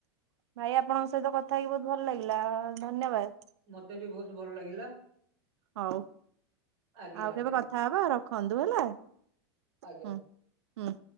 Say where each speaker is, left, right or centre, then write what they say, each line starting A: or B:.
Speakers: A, on the right; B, on the right.
A: ଭାଇ ଆପଣଙ୍କ ସହିତ କଥା ହେଇକି ବହୁତ୍ ଭଲ ଲାଗିଲା ଧନ୍ୟବାଦ୍
B: ମତେ ବି ବହୁତ୍ ଭଲ ଲାଗିଲା
A: ହଉ
B: ଆଜ୍ଞା
A: ଆଉ
B: ଆଜ୍ଞା
A: କେବେ କଥା ହବା ରଖନ୍ତୁ ହେଲା ହୁଁ
B: ଆଜ୍ଞା।
A: ହଁ